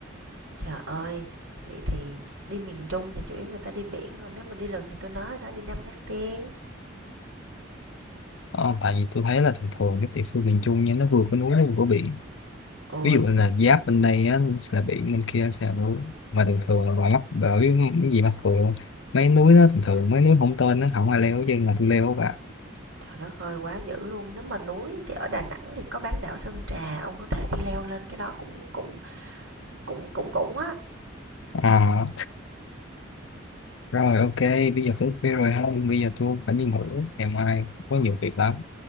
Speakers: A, on the right; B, on the left.
A: trời ơi vậy thì đi miền Trung thì chủ yếu người ta đi biển còn nếu mà đi rừng thì tôi nói đó đi Nam Cát Tiên
B: Ờ, tại vì tôi thấy là thường thường các địa phương miền Trung nha nó vừa có núi nó vừa có biển
A: ồ
B: ví dụ
A: nhưng
B: như là giáp bên đây á, là biển bên kia sẽ là núi mà thường thường là ngoài mắc bởi vì cái gì mắc cựa mấy núi đó thường thường mấy núi không tên nó không ai leo chứ mà tôi leo và
A: Trời đất ơi, quá dữ luôn. Nếu mà núi thì ở Đà Nẵng thì có bán đảo Sơn Trà, ông có thể đi leo lên cái đó cũng cũng cũng cũng cũng á.
B: à rồi ok bây giờ cũng khuya rồi ha bây giờ tôi phải đi ngủ ngày mai có nhiều việc lắm